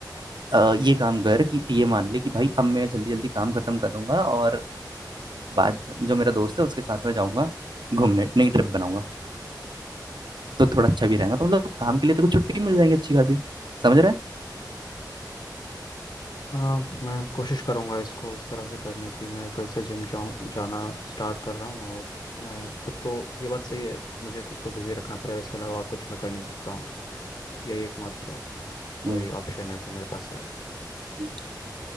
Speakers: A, on the right (about 85°); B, on the left (about 75°).
A: अ, ये काम कर कि ये मान ले कि भाई अब मैं जल्दी जल्दी काम खत्म करूंगा और बाद जो मेरा दोस्त है उसके साथ में जाऊंगा घूमने नई ट्रिप बनाऊंगा तो थोड़ा अच्छा भी रहेगा तो मतलब काम के लिए तो कुछ छुट्टी मिल जाएगी अच्छी खासी समझ रहा है
B: हाँ मैं कोशिश करूँगा इसको उस तरह से करने की मैं कल से जिम जाऊँ जाना स्टार्ट कर रहा हूँ और मैं खुद को ये बात सही है मुझे खुद को बिजी रखना पड़ेगा इसके अलावा और कुछ मैं कर नहीं सकता हूँ यही एकमात्र
A: हम्म
B: कोई ऑप्शन है जो मेरे पास है
A: हम्म,